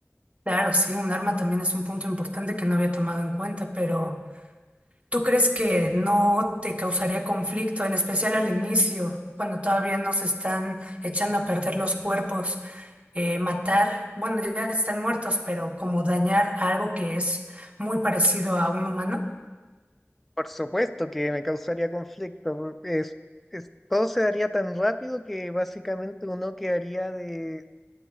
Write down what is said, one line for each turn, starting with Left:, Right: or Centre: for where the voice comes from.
Right: Claro, sí, un arma también es un punto importante que no había tomado en cuenta, pero ¿tú crees que no te causaría conflicto, en especial al inicio, cuando todavía nos están echando a perder los cuerpos, eh, matar, bueno, ya están muertos, pero como dañar a algo que es muy parecido a un humano?
Centre: Por supuesto que me causaría conflicto. por- Es, es- todo se daría tan rápido que básicamente uno quedaría de...